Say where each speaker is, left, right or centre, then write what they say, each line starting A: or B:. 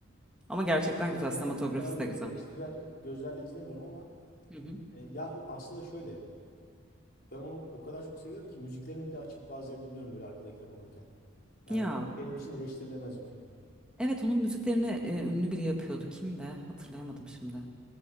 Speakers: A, in the centre; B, on the left (about 50°).
A: Ama
B: Ya
A: gerçekten
B: o
A: güzel.
B: kadar
A: Sinematografisi
B: o kadar böyle
A: de güzel.
B: eleştiren gözlerle izlemiyorum ama
A: Hı hı.
B: e, ya aslında şöyle Ben onu o kadar çok seviyorum ki müziklerini bile açıp bazen dinliyorum böyle arkada kitap okurken. Yani
A: Ya
B: o benim için eleştirilemez bir film.
A: evet onun müziklerini e, ünlü biri yapıyordu. Kim de hatırlayamadım şimdi.